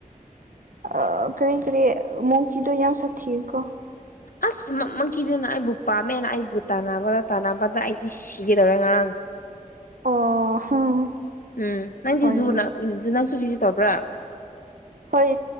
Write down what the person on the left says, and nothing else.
ꯑꯁ ꯃꯪꯀꯤꯗꯨꯅ ꯑꯩꯕꯨ ꯄꯥꯝꯃꯦꯅ ꯑꯩꯕꯨ ꯇꯥꯟꯅꯕꯗ ꯇꯥꯟꯅꯕꯗ ꯑꯩꯗꯤ ꯁꯤꯒꯗꯧꯔꯦ ꯉꯔꯥꯡ
ꯎꯝ ꯅꯪꯗꯤ
ꯖꯨ ꯅꯪꯁꯨ ꯚꯤꯖꯤꯠ ꯇꯧꯕ꯭ꯔꯥ